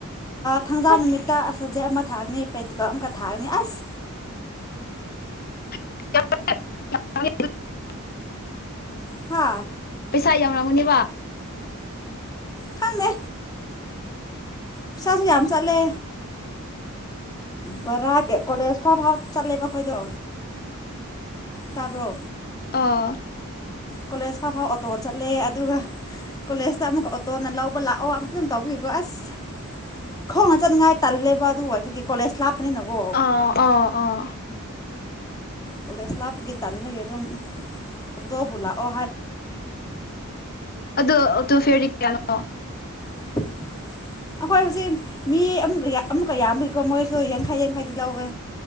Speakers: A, on the left; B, on the left.
A: ꯊꯥꯡꯖꯥ
B: ꯑꯁ
A: ꯅꯨꯃꯤꯠꯇ ꯁꯕꯖꯦꯛ ꯑꯃ ꯊꯥꯅꯤ ꯄ꯭ꯔꯦꯇꯤꯀꯜ ꯑꯃꯒ ꯊꯥꯒꯅꯤ ꯑꯁ
B: <inaudible>
A: ꯍꯥ
B: ꯏꯁꯥ ꯌꯥꯎꯔꯝꯒꯅꯤꯕ
A: ꯈꯪꯗꯦ ꯄꯩꯁꯥꯁꯨ ꯌꯥꯝ ꯆꯠꯂꯦ ꯕꯔꯥꯒ ꯀꯣꯂꯦꯖ ꯐꯥꯎ ꯐꯥꯎ ꯆꯠꯂꯦꯕ ꯑꯩꯈꯣꯏꯗꯣ ꯇꯥꯕ꯭ꯔꯣ
B: ꯑꯥ
A: ꯀꯣꯂꯦꯖ ꯐꯥꯎ ꯐꯥꯎ ꯑꯣꯇꯣ ꯆꯠꯂꯦ ꯑꯗꯨꯒ ꯀꯣꯂꯦꯖꯇ ꯑꯃꯨꯛ ꯑꯣꯇꯣꯅ ꯂꯧꯕ ꯂꯥꯛꯑꯣ ꯑꯃꯨꯛꯇ ꯑꯗꯨꯝ ꯇꯧꯕꯒꯤꯀꯣ ꯑꯁ ꯈꯣꯡꯅ ꯆꯠꯅꯤꯡꯉꯥꯏ ꯇꯜꯂꯦꯕ ꯑꯗꯨ ꯍꯥꯏꯕꯒꯤ ꯀꯣꯂꯦꯖ ꯂꯥꯞꯄꯅꯤꯅꯀꯣ
B: ꯑꯥ ꯑꯥ ꯑꯥ
A: ꯀꯣꯂꯦꯖ ꯂꯥꯞꯄꯒꯤ ꯇꯟꯕꯒꯤ ꯑꯗꯨꯝ ꯇꯣꯕꯨꯂ <unintelligible>
B: ꯑꯗꯣ ꯑꯣꯇꯣ ꯐꯦꯌꯔꯗꯤ ꯀꯌꯅꯣ
A: ꯑ <unintelligible> ꯑꯩꯈꯣꯏ ꯍꯧꯖꯤꯛ ꯃꯤ ꯑꯃ ꯑꯃꯨꯛꯀ ꯌꯥꯝꯕꯒꯤꯀꯣ ꯃꯣꯏꯁꯨ ꯌꯥꯡꯈꯩ ꯌꯥꯡꯈꯩꯗꯤ ꯂꯧꯋꯦ